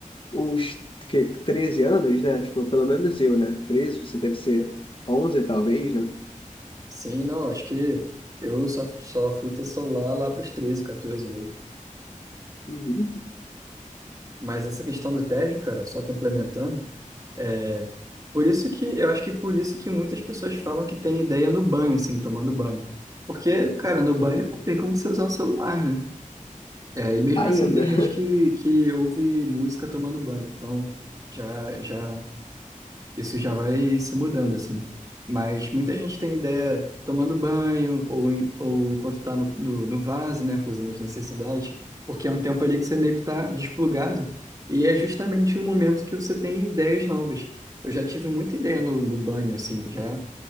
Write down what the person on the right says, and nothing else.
Sim, não, acho que eu só, só fui ter celular lá para os 13, 14 mesmo.
Mas essa questão do tédio, cara, só complementando. É, por isso que eu acho que por isso que muitas pessoas falam que tem ideia no banho, assim, tomando banho. Porque, cara, no banho não tem como você usar o celular, né? É, e mesmo
assim tem gente
que, que ouve música tomando banho. Então, já já isso já vai se mudando, assim. Mas muita gente tem ideia tomando banho ou, em- ou enquanto está no, no, no vaso, né, fazendo as necessidades, porque é um tempo ali que você meio que está desplugado e é justamente o momento que você tem ideias novas. Eu já tive muita ideia no, no banho, assim, já.